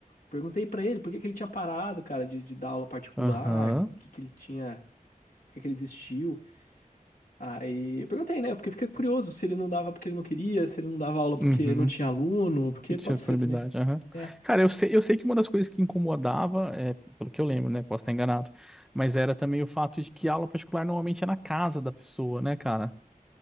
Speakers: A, on the left (about 70°); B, in the centre.
A: Perguntei pra ele por que que ele tinha parado, cara, de, de dar aula particular,
B: Aham.
A: o que que ele tinha. Por que que ele desistiu? Aí eu perguntei, né? Porque eu fiquei curioso se ele não dava porque ele não queria, se ele não dava aula porque
B: Uhum.
A: não tinha aluno, porque
B: Não tinha
A: pode
B: disponibilidade,
A: ser também.
B: aham.
A: É.
B: Cara, eu sei, eu sei que uma das coisas que incomodava, é, pelo que eu lembro, né? Posso estar enganado, mas era também o fato de que a aula particular normalmente é na casa da pessoa, né, cara?